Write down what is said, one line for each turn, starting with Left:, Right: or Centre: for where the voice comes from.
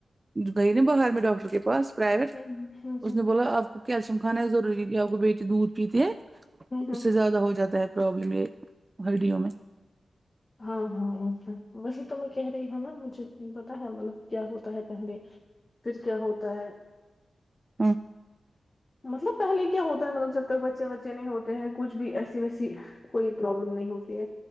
Right: گئی ن باہر میں ڈاکٹر کے پاس پرائیویٹ
Left: ہوں ہوں
Right: اس نے بولا آپ کو کیلشیم کھانا ضروری ہے کہ آپ کو بیچ دودھ پیتے ہیں
Left: ہوں ہوں
Right: اس سے زیادہ ہو جاتا ہے پرابلم یہ ہڈیوں میں
Left: ہاں ہاں اھا وہی تو میں کہہ رہی ہوں نا مجھے پتا ہے مطلب کیا ہوتا ہے پہلے پھر کیا ہوتا ہے
Right: ہاں
Left: مطلب پہلے کیا ہوتا ہے مطلب جب تک بچے بچے نہیں ہوتے ہیں کچھ بھی ایسی ویسی کوئی پروابلم نہیں ہوتی ہے